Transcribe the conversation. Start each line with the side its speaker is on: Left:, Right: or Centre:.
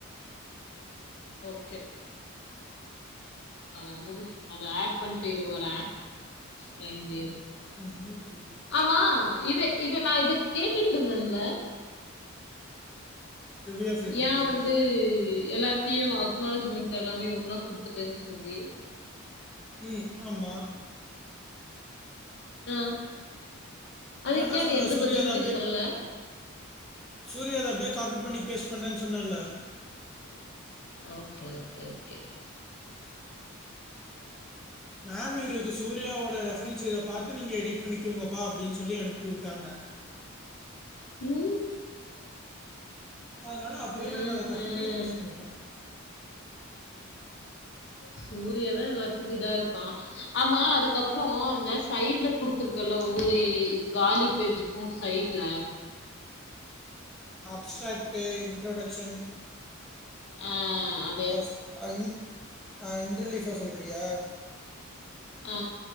Left: ஓகே அத மூடு அத ஆட் பண்ட்டு இரு வர லைன்லே இரு
Centre: <inaudible>
Left: ஆமா இத இத நா இது கேட்டுட்ருந்தேன்ல
Centre: ரிவ்யூ ஆஃப் லிட்ரேச்சரு
Left: யா வந்து எல்லாத்தையு அக்னாலஜிமெண்ட் எல்லாமே ஒன்னா குடுத்துட்டேன் சொல்லி
Centre: ம் ஆமா
Left: ஆ அதுக்
Centre: நான் தான்
Left: ஏ
Centre: சொன்னேன்
Left: நீ எந்த
Centre: சூர்யாது
Left: பதில்மே சொல்லல
Centre: சூரியா அது அப்டே காப்பி பண்ணி பேஸ்ட் பண்ணுன் சொன்னேல்ல
Left: ஓகே ஓகே ஓகே
Centre: மேம் எங்களுக்கு சூர்யாவோட ரெஃபரன்ஸே இத பாத்து நீங்க எடிட் பண்ணிக்கோங்கப்பா அப்டின் சொல்லி அனுப்பி உட்டாங்க
Left: ஊ
Centre: அதனால அப்டே
Left: ம்ஹ்ம்.
Centre: நாங்க அத கட் பண்ணி பேஸ் பண்ணிட்டோ
Left: சூரியாதா எல்லாத்துக்கு இதா இருக்கா ஆமா அதுக்கப்றோ அந்த சைட்ல குடுத்துருக்கல்ல ஒவ்வொரு இது காலி பேஜு கோ சைட்ல
Centre: அப்ஸ்ட்ராக்ட்டு இன்ட்ரடொக்ஷன்
Left: ஆ அப்
Centre: அ சொ அ இன் அ இன்டர்லீஃபா சொல்றியா
Left: ஆ